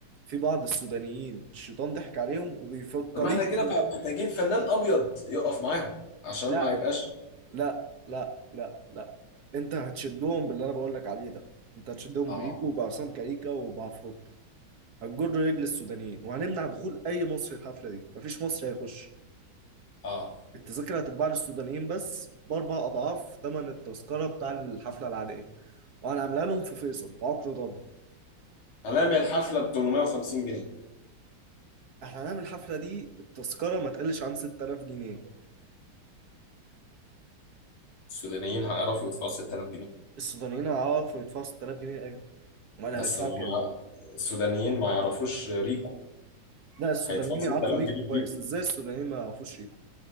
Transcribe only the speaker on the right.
في بعض السودانيين الشيطان ضحك عليهم وبيفكرين
لا
لا لا لا لا انت هتشدهم باللي انا بقول لك عليه ده انت هتشدهم
بريكو وبعصام كاريكا وبعفروتو هتجر رجل السودانيين وهنمنع دخول اي مصري الحفلة دي مفيش مصري هيخش
التذاكر هتتباع للسودانيين بس بأربع أضعاف ثمن التذكرة بتاع الحفلة العادية وأنا عاملها لهم في فيصل في عقر دارهم
احنا هنعمل الحفلة دي التذكرة ما تقلش عن 6000 جنيه
السودانيين هيعرفوا يدفعوا 6000 جنيه أيوة وأنا
هيدفعوا
كام؟
لا السودانيين
يعرفوا ريكو
كويس
إزاي السودانيين ما يعرفوش ريكو؟